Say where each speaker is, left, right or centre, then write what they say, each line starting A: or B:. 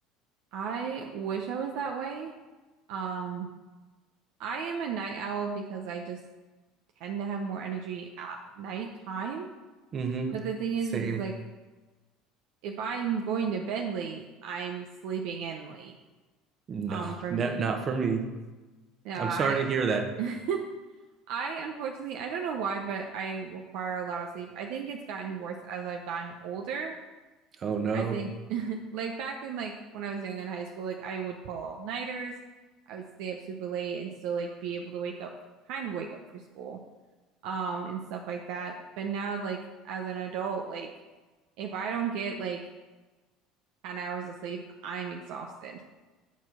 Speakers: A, on the right; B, on the right.
A: I wish I was that way. Um, I am a night owl because I just tend to have more energy at nighttime.
B: Mm-hmm.
A: But the thing
B: Same.
A: is, is like if I'm going to bed late, I'm sleeping in late.
B: No,
A: Um, for
B: not
A: me.
B: not for me.
A: no,
B: I'm
A: I
B: sorry to hear that.
A: <laughs> I unfortunately I don't know why, but I require a lot of sleep. I think it's gotten worse as I've gotten older.
B: Oh no.
A: I think <laughs> like back in like when I was young in high school, like I would pull all-nighters. I would stay up super late and still like be able to wake up, kind of wake up for school, um, and stuff like that. But now like as an adult, like if I don't get like 10 hours of sleep, I'm exhausted.